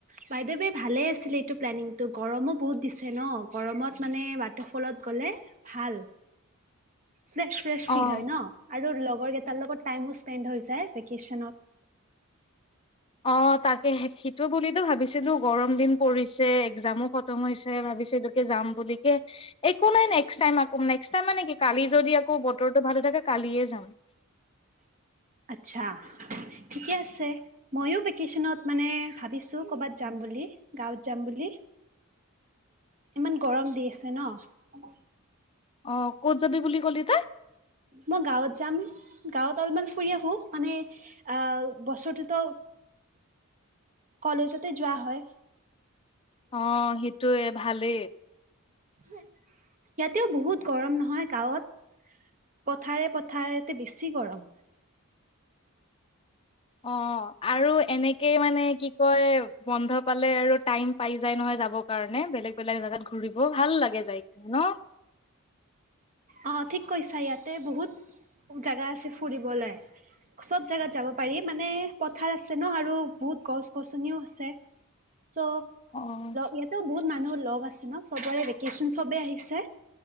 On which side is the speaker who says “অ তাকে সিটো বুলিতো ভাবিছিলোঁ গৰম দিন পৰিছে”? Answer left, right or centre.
Left